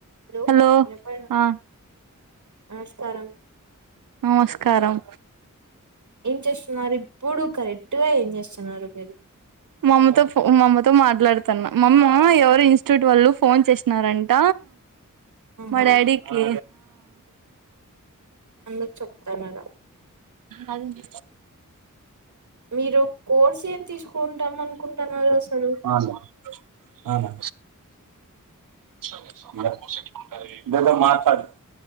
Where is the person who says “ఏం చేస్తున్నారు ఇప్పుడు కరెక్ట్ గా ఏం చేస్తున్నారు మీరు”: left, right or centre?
Right